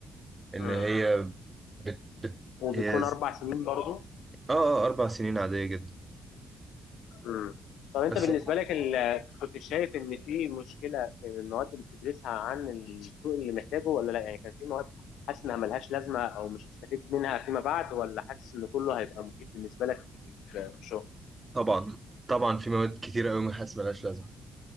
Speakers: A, on the right; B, on the left.
A: ان
B: مم.
A: هي بت... بت...
B: وبتكون
A: هي ز-
B: اربع سنين برضو
A: اه اه اربع سنين عادية جدا
B: مم. طب انت
A: بس
B: بالنسبه لك ال... كنت شايف ان في مشكله في المواد اللي بتدرسها عن السوق اللي محتاجه ولا لا يعني كان في مواد حاسس انها ملهاش لازمه او مش هتستفيد منها فيما بعد ولا حاسس ان كله هيبقى مفيد بالنسبه لك في الشغل
A: طبعا طبعا في مواد كتير قوي ما حاسس ملهاش لازمه